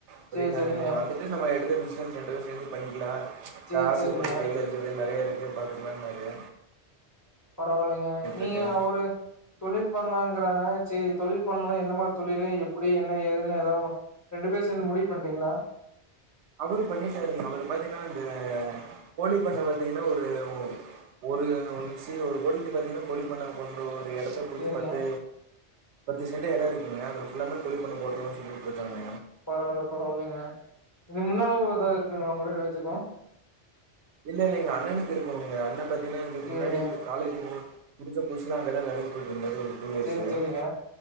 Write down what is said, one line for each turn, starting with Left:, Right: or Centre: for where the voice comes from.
Right: அப்டின்னாருங்க
Left: சரி சரிங்க
Right: வந்து <inaudible> ரெண்டு பேரும் சேந்து பண்ணிக்கலா
Left: சரி
Right: காசு
Left: சரிங்க
Right: கொஞ்ச கைல இருக்குது நறைய இருக்கு பாத்துக்கலாம்னாரு
Left: பரவாயில்லங்க நீங்க
Right: இருக்கே
Left: அவரு தொழில் பண்ணலாங்கறாங்க சரி தொழில் பண்லாமன என்ன மாரி தொழிலு எப்புடி என்ன ஏதுன்னு ஏதா ஒன் ரெண்டு பேர் சேந்து முடிவு பண்ணிட்டீங்களா
Right: அவரு பண்ணிடாருங்க அவரு பாத்தீங்கன்னா அந்த கோழி பண்ண பாத்தீங்கன்னா ஒரு ஓ ஒரு ஒன் சி ஒரு கோடிக்கு பாத்தீங்கன்னா கோழி பண்ண போடனு எடத்த குடுத்து
Left: சேரிங்க
Right: பத்து பத்து சென்ட் எடம் இருக்குங்க எல்லாமே கோழிப் பண்ண போட்ரதா சொல்லிட்டு இருக்காங்க
Left: பரவால பரவாலங்க இதுக்கு முன்னனுபவம் இருக்குங்களா உங்க ரெண்டு பேத்துக்கூ
Right: இல்ல இல்லை எங்க அண்ணனுக்கு இருக்குங்க அண்ண பாத்தீங்கனா இதுக்கு
Left: சேரிங்க
Right: முன்னாடியே தெ காலேஜ் முடிச் முடிச்ச புதுசுலா அங்கதா வேலைக்கி போயிட்டுந்தாரு ஓகே
Left: சேரி
Right: சார்
Left: சேரிங்க